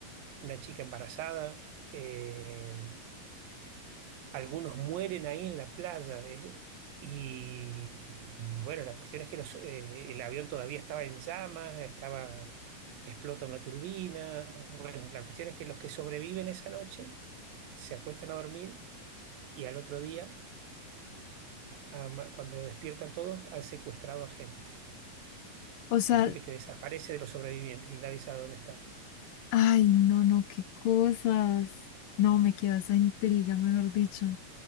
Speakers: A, on the right; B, on the left.
A: Una chica embarazada. eh, Algunos mueren ahí en la playa. eh, y bueno, la cuestión es que los, eh, el avión todavía estaba en llamas, estaba, explota una turbina. Bueno, la cuestión es que los que sobreviven esa noche se acuestan a dormir y al otro día, ama- cuando despiertan todos, han secuestrado a gente.
B: O sea,
A: Hay gente que desaparece de los sobrevivientes y nadie sabe dónde están.
B: ay, no, no, qué cosas. No, me quedó esa intriga, mejor dicho. O